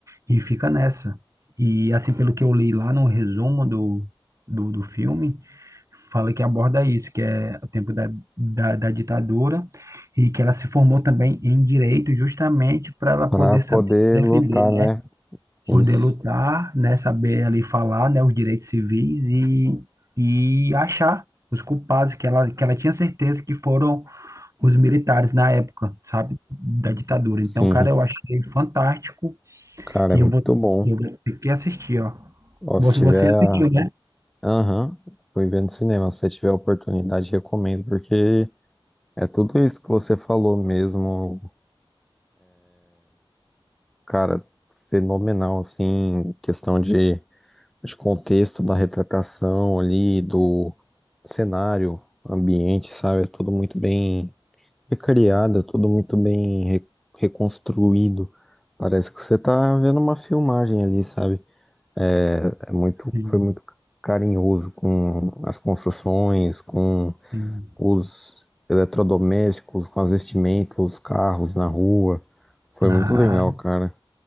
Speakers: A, on the right; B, in the centre.
A: E fica nessa. E assim, pelo que eu li lá no resumo do, do, do filme, fala que aborda isso, que é o tempo da, da, da ditadura, e que ela se formou também em direito justamente para ela
B: Pra
A: poder
B: poder
A: saber defender,
B: lutar,
A: né?
B: né? Isso.
A: Poder lutar, né? Saber ali falar, né? Os direitos civis e, e achar os culpados, que ela, que ela tinha certeza que foram os militares na época, sabe? Da ditadura. Então,
B: Sim.
A: cara, eu achei fantástico
B: Cara,
A: e
B: é muito
A: eu vou,
B: bom.
A: eu vou ter que assistir, ó.
B: Ó,
A: Você,
B: se tiver
A: você assistiu, né?
B: Aham, fui evento no cinema. Se você tiver a oportunidade, recomendo, porque é tudo isso que você falou mesmo, cara, fenomenal, assim, questão de, de contexto da retratação ali, do cenário, ambiente, sabe? É tudo muito bem recriado, é tudo muito bem re- reconstruído. Parece que você tá vendo uma filmagem ali, sabe? É, é muito,
A: Sim,
B: foi muito carinhoso com as construções, com
A: sim.
B: os eletrodomésticos, com as vestimentas, os carros na rua. Foi
A: Ah,
B: muito legal, cara.